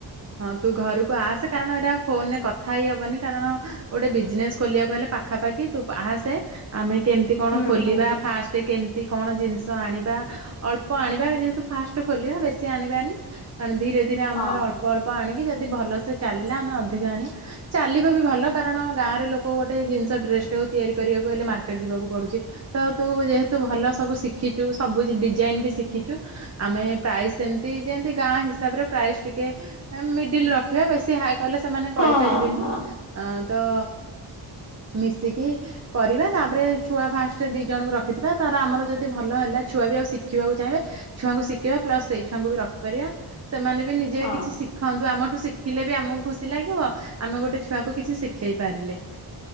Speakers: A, on the right (about 35°); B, on the left (about 85°).
A: ହଁ ତୁ ଘରକୁ ଆସେ, କାରଣ ଏଇଟା ଆଉ ଫୋନ୍ ରେ କଥା ହେଇ ହବନି କାରଣ ଗୋଟେ ବିଜନେସ୍ ଖୋଲିବାକୁ ହେଲେ। ପାଖାପାଖି ତୁ ଆସେ ଆମେ କେମିତି କଣ
B: ହୁଁ
A: ଖୋଲିବା
B: ହୁଁ।
A: ଫାଷ୍ଟ। ଟେ କେମିତି କଣ ଜିନିଷ ଆଣିବା ଅଳ୍ପ ଆଣିବା ଯେହେତୁ ଫାଷ୍ଟ ଖୋଲିବା ବେଶୀ ଆଣିବାନି। ମାନେ ଧୀରେ ଧୀରେ ଆମର
B: ହଁ
A: ଅଳ୍ପ ଅଳ୍ପ ଆଣିକି ଯଦି ଭଲସେ ଚାଲିଲା ଆମେ ଅଧିକା ଆଣିବା। ଚାଲିବ ବି ଭଲ କାରଣ ଗାଁରେ ଲୋକ ଗୋଟେ ଜିନିଷ ଡ୍ରେସ ଟେ ହଉ ତିଆରି କରିବାକୁ ହେଲେ ମାର୍କେଟ ଯିବାକୁ ପଡୁଛି। ତ ତୁ ଯେହେତୁ ଭଲ ସବୁ ଶିଖିଛୁ ସବୁ ଡିଜାଇନ୍ ବି ଶିଖିଛୁ। ଆମେ ପ୍ରାଇସ୍ ସେମିତି ଯେମିତି ଗାଁ ହିସାବରେ ପ୍ରାଇସ୍ ଟିକେ। ମିଡିଲ୍ ରଖିବା ବେଶୀ ହାଇ କଲେ ସେମାନେ
B: ହଁ
A: କରିପାରିବେନି
B: ହଁ
A: ଆଁ ତ। ମିଶିକି। କରିବା ତାପରେ ଛୁଆ ଫାଷ୍ଟେ ଦିଇ ଜଣଙ୍କୁ ରଖିଥିବା ତାର ଆମର ଯଦି ଭଲ ହେଲା ଛୁଆ ବି ଆଉ ଶିଖିବାକୁ ଚାହିଁବେ। ଛୁଆଙ୍କୁ ଶିଖେଇବା ପ୍ଲସ ସେଇ ଛୁଆଙ୍କୁ ବି ରଖିପାରିବା ସେମାନେ ବି ନିଜେ
B: ହଁ।
A: କି ଶିଖନ୍ତୁ ଆମଠୁ ଶିଖିଲେ ବି ଆମକୁ ଖୁସି ଲାଗିବ। ଆମେ ଗୋଟେ ଛୁଆକୁ କିଛି ଶିଖେଇ ପାରିଲେ।